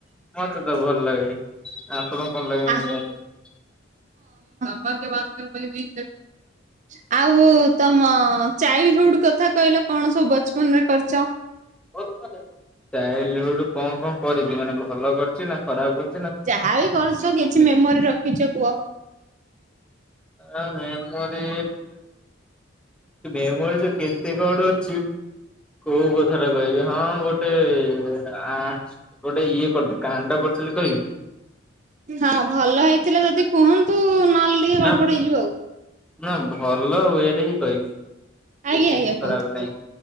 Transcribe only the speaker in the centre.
ମତେ ତ ଭଲ ଲାଗେ। ଆପଣ। <unintelligible>
ଚାଇଲ୍ଡ ହୁଡ କଣ କଣ କରିଛି ମାନେ ଭଲ କରିଛି ନା ଖରାପ କରି
ଆ ମେମୋରୀ ମେମୋରି ତ କେତେ କଣ ଅଛି। କୋଉ କଥାଟା କହିବି ହଁ ଗୋଟେ ଆ ଗୋଟେ ଇଏ କରିଚି। କାଣ୍ଡ କ କହିବି।
ନା
ନା ଭଲ ୱେ ରେ ହିଁ କହିବି।
ବେଶୀ
କିଛି
ଖରାପ
ନାହିଁ।